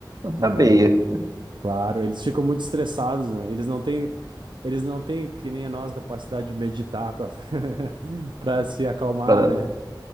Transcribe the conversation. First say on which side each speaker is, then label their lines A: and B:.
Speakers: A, on the right; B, on the right.
A: uhum.
B: na beia
A: Claro, eles ficam muito estressados, né? Eles não têm. Eles não têm, que nem a nós, capacidade de meditar para <laughs> para se acalmar,
B: para
A: né?